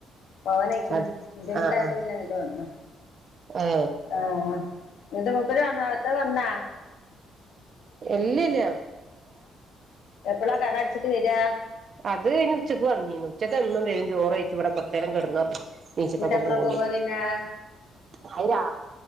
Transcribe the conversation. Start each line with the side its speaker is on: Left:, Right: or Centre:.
Left: പവനക്കന്ന്
Right: ആ
Left: ബുദ്ധിമുട്ടായപ്പോ
Right: ആ
Left: പിന്നെ അങ്ങട്ട് വന്ന
Right: ഏ
Left: ആഹ എന്നിട്ട മൂപ്പര് വന്ന അടുത്ത വന്നാ
Right: എല്ല ഇല്ലയ
Left: എപ്പഴാ കട അടിച്ചിട്ട് വരാ
Right: അത് അനി ഉച്ചയ്ക്ക് വന്നീ ഉച്ചക്ക്ന്നന്തേും ചോറ്ഴച്ച ഇവിടെ പ്രറയേരം കിടു പറഞ്ഞു ബീച്ചത്തൊക്കെ
Left: എന്നിട്ട് എപ്പളാ
Right: പോവുള്ളു
Left: പോവാ പിന്നെ
Right: അ